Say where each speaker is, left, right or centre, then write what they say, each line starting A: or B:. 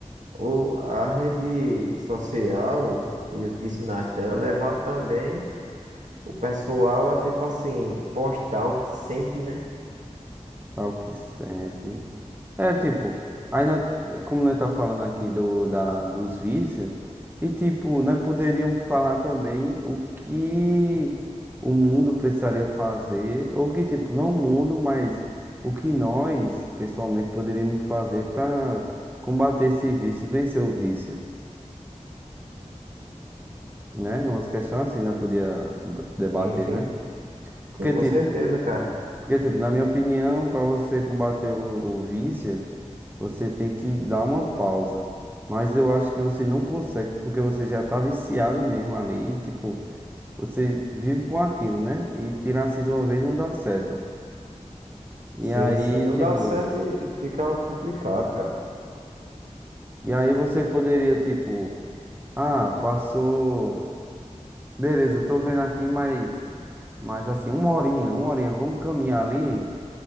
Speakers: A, on the right; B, on the right.
A: o, a rede social e os vícios nas telas levaram também o pessoal a tipo assim, postar o que sente, né?
B: Ao que sente. É, tipo, aí nós- como nós tá falando aqui do, da, dos vícios, e tipo, nós poderíamos falar também o que o mundo precisaria fazer, ou que, tipo, não o mundo, mas o que nós, pessoalmente, poderíamos fazer para combater esse vício, vencer o vício, né? Umas questões assim, nós podia debater,
A: Sim, sim.
B: né? Porque,
A: Sim, com
B: tipo,
A: certeza, cara.
B: porque, tipo, na minha opinião, para você combater o, o vício, você tem que dar uma pausa. Mas eu acho que você não consegue, porque você já tá viciado mesmo ali, tipo, você vive com aquilo, né? E tirar assim de uma vez não dá certo. E
A: Sim,
B: aí,
A: sim, não
B: tipo,
A: dá certo e tipo, fica complicado, cara.
B: e aí você poderia, tipo, ah, passou. Beleza, eu tô vendo aqui, mas, mas assim, uma horinha, uma horinha, vamos caminhar ali,